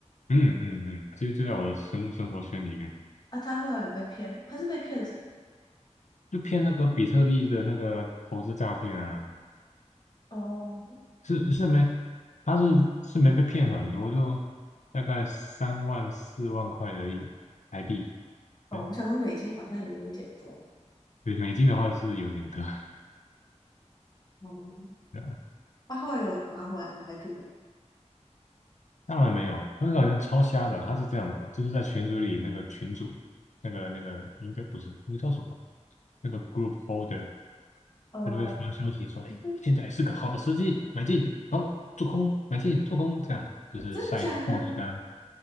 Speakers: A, on the left; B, on the left.
A: 嗯嗯嗯，其实就在我的生生活圈里面，
B: 啊，他后来有被骗吗，他是被骗什么？
A: 就骗那个比特币的那个投资诈骗啊，
B: 哦
A: 是是没，他是是没被骗很多，就大概三万四万块而已台币，
B: 哦，
A: 对，
B: 我想说美金好像也有一点多，
A: 对美金的话是有点多，
B: 哦，
A: <laughs>
B: 啊后来有拿回来吗？还是没？
A: 当然没有，那个好像超瞎的，他是这样的哦，就是在群组里那个群主，那个那个应该不是，那个叫什么？那个 group holder，
B: 呃，
A: 他就会发消息说，哎，
B: 是
A: 现在是个好的时机，买进，好，做空，买进，做空，这样就是晒一些获利单。
B: 真的假的？